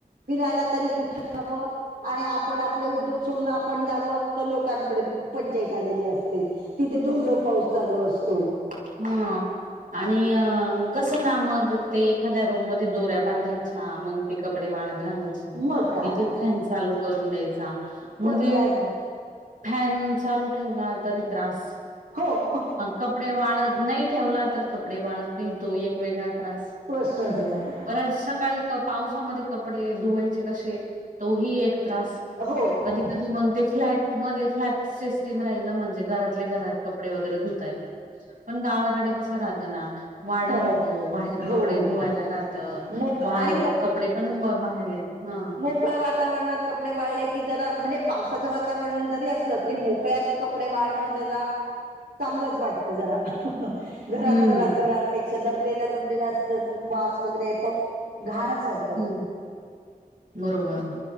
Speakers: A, on the right (about 85°); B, on the right (about 65°).
A: फिरायला तरी कुठे हवं आणि आपण आपले उद्योग सोडून आपण जावं तर लोकांकडे पंचायत आलेली असते तिथे धोधो पाऊस चालू असतो
B: हा आणि अ कसं ना मग ते एखाद्या रूम मध्ये दोऱ्या बांधाय अच्छा मग ते कपडे वाळत घालायचे
A: मग काय
B: तिचे फॅन चालू करून द्यायचा म्हणजे
A: पर्याय नाही
B: फॅन चालू ठेवला तरी त्रास
A: हो
B: कपडे वा नाही ठेवला तर कपडे वाळत नाही तो एक वेगळा त्रास
A: प्रश्नच नाही
B: बऱ्याच सकाळी पावसामध्ये कपडे धुवायचे कसे तोही एक त्रास
A: हो
B: कधी कधी मगते फ्लॅट मध्ये फ्लॅट सिस्टीम राहिल म्हणजे घरातले घरात कपडे वगैरे धुताय पण गावाकडे कसं राहतं ना वाडा
A: हो
B: राहतो बाहेर
A: हो
B: कपडे धुवायला राहत
A: मोक
B: वा
A: आणि
B: कपडे पण बाहेर हा
A: मोकळ वातावरणात कपडे वाळले की जरा म्हणजे पावसाचं वातावरण जरी असलं तरी मोकळ्यात कपडे वाळणं त्या चांगलंच वाटत जरा घरात
B: हम्म
A: घरात घरात पेक्षा दबलेला दबलेला अस वास वगैरे येतो घाणच वाटत
B: हम् बरोबर